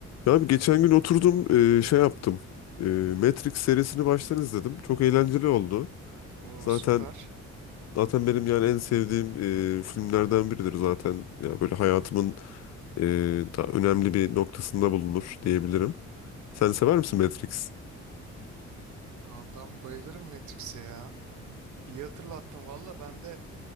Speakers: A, on the left; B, on the right.
A: Ya abi geçen gün oturdum e, şey yaptım. E, Matrix serisini baştan izledim. Çok eğlenceli oldu.
B: Oo
A: Zaten
B: süper.
A: zaten benim yani en sevdiğim e, filmlerden biridir zaten. Ya böyle hayatımın e, daha önemli bir noktasında bulunur diyebilirim. Sen sever misin Matrix?
B: Adam bayılırım Matrix'e ya. İyi hatırlattın valla ben de